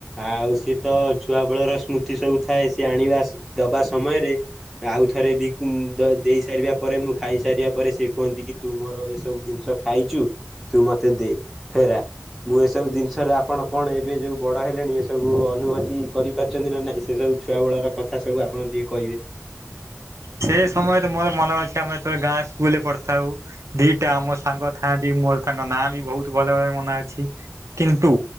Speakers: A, in the centre; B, on the right (about 75°).
A: ଆଉ ସିଏତ ଛୁଆ ବେଳର ସ୍ମୃତି ସବୁ ଥାଏ ସେ ଆଣିବା ଦବା ସମୟରେ ଆଉଥରେ ବିକୁ ଦେଇ ସାରିବା ପରେ ମୁଁ ଖାଇସାରିବା ପରେ ସେ କୁହନ୍ତି କି ତୁମୋର ଏସବୁ ଜିନିଷ ଖାଇଛୁ। ତୁ ମତେ ଦେ ଫେର ଆ ମୁଁ ଏସବୁ ଜିନିଷରେ ଆପଣ କଣ ଏବେ ଯୋଉ ବଡ ହେଲେଣି ଏସବୁ ଅନୁଭୂତି କରିପାରୁଛନ୍ତି ନା ନାଇଁ? ସେ ସବୁ ଛୁଆ ବେଳର କଥା ସବୁ ଆପଣ ଟିକେ କହିବେ।
B: ସେ ସମୟରେ ମୋର ମନେ ଅଛି ଆମେବେ ଗାଁ ସ୍କୁଲ ପଢିଥାଉ ଦିଟା ଆମ ସାଙ୍ଗ? ଥାନ୍ତି ମୋର ତାଙ୍କ ନାଁ ବି ବହୁତ ଭଲ ଭରେ ମନେ ଅଛି କିନ୍ତୁ?